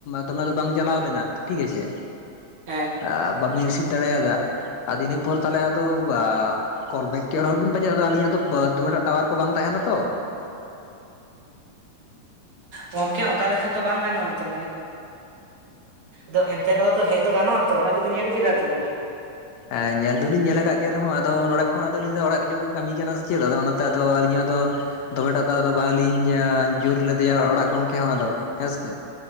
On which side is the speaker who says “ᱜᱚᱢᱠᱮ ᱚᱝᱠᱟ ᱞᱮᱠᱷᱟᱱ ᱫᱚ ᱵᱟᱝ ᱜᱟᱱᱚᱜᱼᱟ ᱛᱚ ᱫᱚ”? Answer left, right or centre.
Right